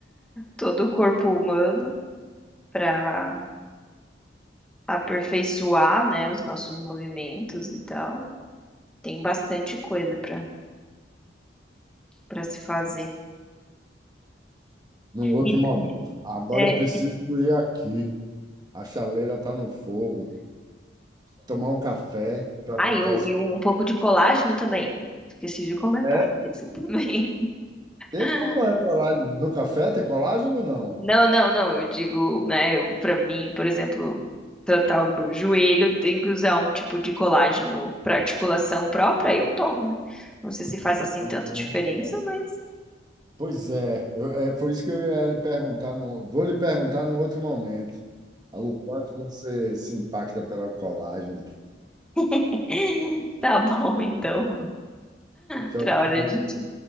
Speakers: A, in the centre; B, on the right.
A: todo o corpo humano para aperfeiçoar, né, os nossos movimentos e tal, tem bastante coisa para para se fazer.
B: Num outro
A: E
B: momento. Agora
A: é,
B: eu preciso ir aqui. A chaleira tá no fogo. Tomar um café para aguentar
A: ah, e, o-
B: essa.
A: e um pouco de colágeno também. Esqueci de comentar
B: É,
A: isso também.
B: tem
A: <laughs>
B: como é colágeno. No café tem colágeno ou não?
A: Não, não, não. Eu digo, né, eu, pra mim, por exemplo, tratar o meu joelho, tem que usar um tipo de colágeno pra articulação própria, aí eu tomo, né? Não sei se faz assim
B: Ah,
A: tanta
B: bom,
A: diferença,
B: bom.
A: mas
B: Pois é, eu- é por isso que eu ia lhe perguntar, no, vou lhe perguntar num outro momento, o quanto você se impacta pela colagem.
A: <laughs> tá bom, então. Outra
B: Já
A: hora a gente